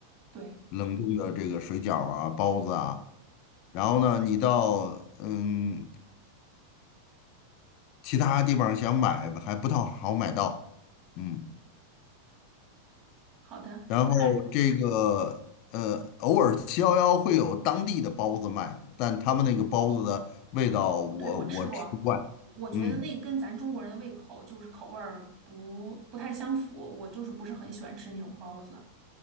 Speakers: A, on the right; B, on the left.
A: 对，
B: 冷冻的这个水饺啊、包子啊。然后呢，你到嗯其他地方想买还不太好买到，嗯，
A: 好的，
B: 然后这个呃，
A: 那
B: 偶尔七幺幺会有当地的包子卖，但他们那个包子的味道我我吃不惯，
A: 不对，我吃过，我觉得那跟咱中国人的胃口就是口味儿不不太相符，
B: 嗯，
A: 我就是不是很喜欢吃那种包子。